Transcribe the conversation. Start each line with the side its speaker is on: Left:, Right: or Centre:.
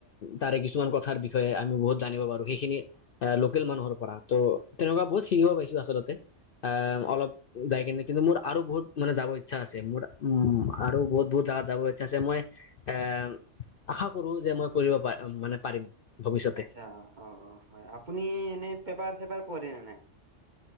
Left: তাৰে কিছুমান কথাৰ বিষয়ে আমি বহুত জানিব সেইখিনি লোকেল মানুহৰ পৰা, ত', তেনেকুৱা বহুত শিকিব পাইছো আচলতে। আহ,
Right: আচ্ছা
Left: অলপ যায় কি কিন্তু মোৰ আৰু বহুত মানে যাব ইচ্ছা আছে মোৰ উম আৰু বহুত বহুত জাগা যাবা আছে, মই এ আশা কৰো যে মই কৰিব প মানে পাৰিম। ভৱিষ্যতে
Right: আচ্ছা অ', অ', হয় আপুনি এনে পেপাৰ চেপাৰ পঢ়ে ন নাই?